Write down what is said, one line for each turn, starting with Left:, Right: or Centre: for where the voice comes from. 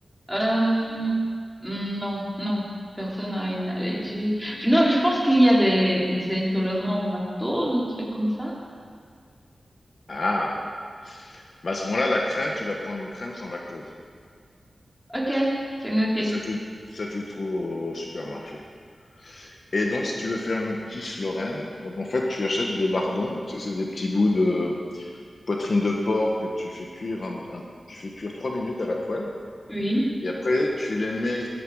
Centre: Euh, mm, non, non. Personne n'a une allergie. Non, je pense qu'il y a des intolérants au lactose, un truc comme ça.
Left: Ah. Bah, à ce moment-là, la crème, tu dois prendre une crème sans lactose.
Centre: Ok, c'est noté.
Left: Et ça, tu, ça, tu le trouves au au supermarché. Et donc, si tu veux faire une quiche Lorraine, donc en fait, tu achètes des lardons. Tu sais, c'est des petits bouts de poitrine de porc que tu fais cuire, un- un- tu fais cuire trois minutes à la poêle.
Centre: Oui.
Left: Et après, tu les mets